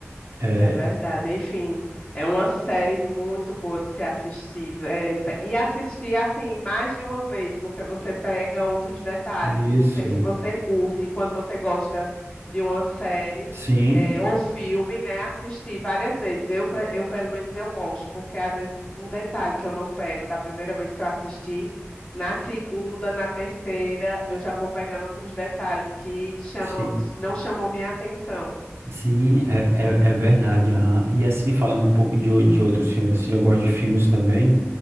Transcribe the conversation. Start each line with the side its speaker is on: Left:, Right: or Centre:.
Right: é
Left: É verdade. Enfim, é uma série muito boa de se assistir. É, pe- e assistir assim mais de uma vez, porque você pega outros detalhes.
Right: isso,
Left: Não sei se você curte, quando você gosta de uma série
Right: sim,
Left: é, ou filme, né? Assistir várias vezes. Eu, pre- eu, pelo menos, eu gosto, porque às vezes um detalhe que eu não pego da primeira vez que eu assisti, na segunda, na terceira, eu já vou pegando outros detalhes que chamam,
Right: sim.
Left: não chamou minha atenção.
Right: Sim, é, é, é verdade, aham. E assim, falando um pouco de, o- de outros filmes, assim, eu gosto de filmes também,